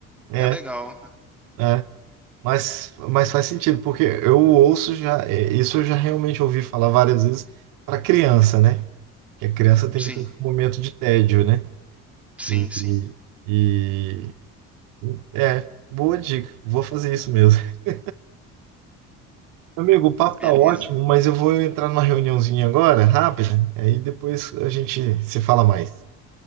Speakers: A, on the right; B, in the centre.
A: É,
B: É legal.
A: é. Mas, mas faz sentido, porque eu ouço já, é, isso eu já realmente ouvi falar várias vezes para criança, né? que a criança tem
B: Sim,
A: que ter um momento de tédio, né?
B: sim,
A: E,
B: sim.
A: e- e- é, boa dica. Vou fazer isso mesmo. <laughs> Amigo, o papo
B: Beleza.
A: tá ótimo, mas eu vou entrar numa reuniãozinha agora, rápida. Aí depois a gente se fala mais.